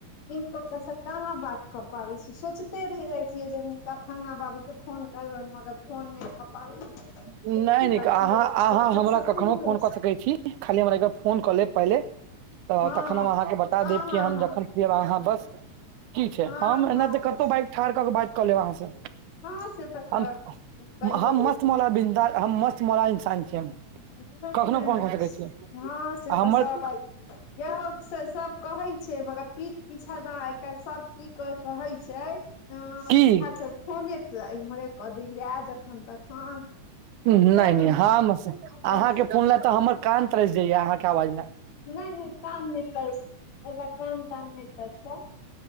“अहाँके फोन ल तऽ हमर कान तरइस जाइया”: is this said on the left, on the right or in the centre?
Right